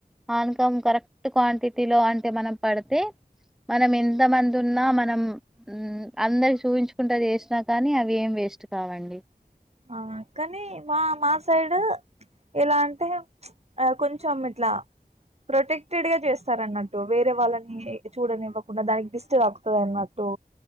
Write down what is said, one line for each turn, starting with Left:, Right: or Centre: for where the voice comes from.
Centre: అనకం కరెక్ట్ క్వాంటిటీ లో అంటే మనకు పడితే మనం ఎంత మంది ఉన్నా మనం ఉమ్ అందరికి చూపించు కుంట చేసినా కానీ అవి ఏం వేస్ట్ కావండి
Right: ఆ కానీ మా మా సైడ్ ఎలా అంటే ప్చ్ కొంచెం ఇట్లా ప్రొటెక్టెడ్ గా చేస్తార అన్నట్టు వేరే వాళ్ళని చూడనివ్వకుండా దానికి దిష్టి తాకుతది అన్నట్టు